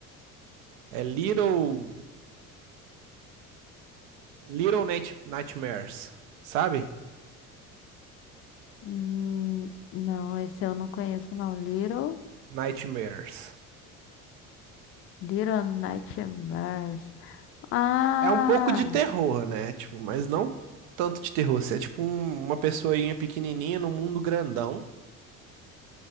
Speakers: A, on the right; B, on the left.
A: É Little. Little Night- Nightmares, sabe?
B: hum, não, esse eu não conheço, não. Little,
A: Nightmares.
B: Little Nightmares. Ah,
A: É um pouco de terror, né? Tipo, mas não tanto de terror. Você é tipo um- uma pessoinha pequenininha num mundo grandão.